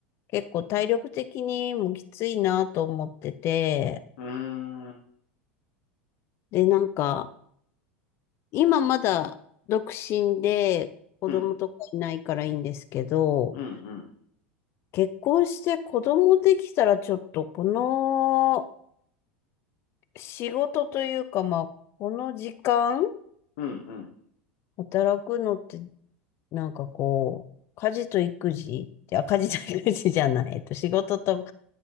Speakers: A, on the left (about 45°); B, on the left (about 70°).
A: 結構体力的にもきついなと思ってて、
B: うん、うーん、
A: で、なんか、今まだ独身で子供とかいないからいいんですけど、
B: うん、うんうん、
A: 結婚して子供できたらちょっとこの仕事というかまあ、この時間
B: うんうん、
A: 働くのってなんかこう、家事と育児、いや、家事と育児じゃない、えっと、仕事と